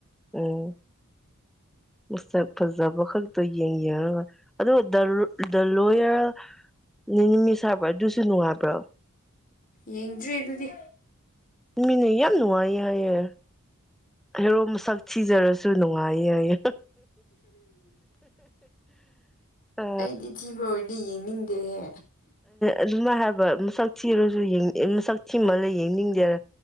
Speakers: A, in the centre; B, on the left.
A: ꯎꯝ ꯃꯁꯛ ꯐꯖꯕ ꯈꯛꯇ ꯌꯦꯡ ꯌꯦꯡꯉꯒ ꯑꯗꯨꯒ ꯗ ꯂꯣꯌꯔ ꯅꯨꯃꯤꯠ ꯁꯥꯕ꯭ꯔꯥ ꯑꯗꯨꯁꯨ ꯅꯨꯡꯉꯥꯏꯕ꯭ꯔꯣ
B: ꯌꯦꯡꯗ꯭ꯔꯤ ꯑꯗꯨꯗꯤ
A: ꯃꯤꯅꯦ ꯌꯥꯝ ꯅꯨꯡꯉꯥꯏꯌꯦ ꯍꯔꯣ ꯃꯁꯛ ꯊꯤꯖꯔꯁꯤ ꯁꯂꯅꯨꯡꯑꯥꯏꯌꯦ ꯑꯌ ꯑ
B: ꯑꯩꯗꯤ ꯊꯤꯕ ꯑꯣꯏꯔꯗꯤ ꯌꯦꯡꯅꯤꯡꯗꯦꯍꯦ
A: ꯑꯗꯨꯃꯥꯏ ꯍꯥꯏꯕ ꯃꯁꯛ ꯊꯤꯔꯁꯨ ꯃꯁꯛ ꯊꯤꯃꯂ ꯌꯦꯡꯅꯤꯡꯗꯦꯅ